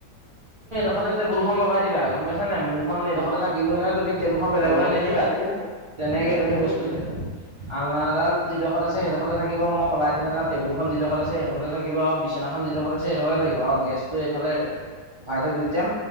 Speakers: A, on the right; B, on the left.
A: এডোখতে টেবুলখন লগাই দিবা গম পাইছ নে মোৰখন এডোখতেই
B: অ
A: নহ তুমি টেবুলখন বেলেগৰলে
B: যেনেকে
A: নিনিবা।
B: আছে তেনেকে থাকক
A: তেনেকে
B: যেনেকে
A: তুমি
B: আছে
A: বস্তুখিনি
B: তেনেকে থাকক
A: আলনাডাল যিদখৰত আছে সেইদখৰতে থাকিব ম সলাই থৈ নাযাওঁ টেুবুলখন জিদখত আছে হেইদখতে থাকিব আৰু বিচনাখন যিদখত আছে সেইদখত থাকিব, আৰু গেছ বস্তু এইফালে উফাই থৈ গুচি যাম